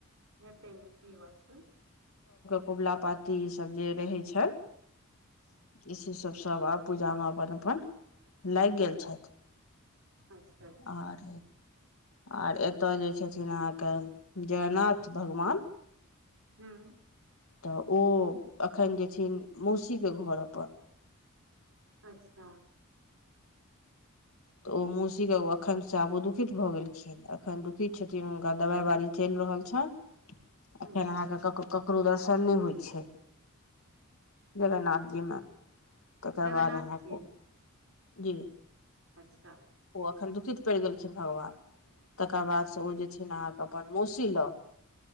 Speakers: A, on the right; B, on the left.
A: हेतै नहि सही गप छै
B: कबुला पाती ईसभ जे रहै छैन इसे सभ सभ आब पूजामे अपन अपन लागि गेल छथि
A: अच्छा अच्छा
B: आर आर एतय जे छथिन अहाँके जगन्नाथ भगवान
A: हूँ
B: तऽ ओ अखन जेथिन मौसीके घर अपन
A: अच्छा
B: तऽ ओ मोसीके अखन से आबू दुखित भऽ गेलखिन अखन दुखित छथिन हुनका दवाइ बाड़ी चलि रहल छनि अखन
A: अच्छा
B: अहाँ
A: अच्छा
B: के ककरो <unintelligible> नहि होइ छै जगन्नाथ जी मे ककर
A: जगन्नाथ
B: बाद अहाँक
A: जी
B: जी
A: अच्छा
B: अखन दुखित पड़ि गेलखिन भगवान तकर बादसँ ओ जे छै ने अहाँके अपन मौसी लग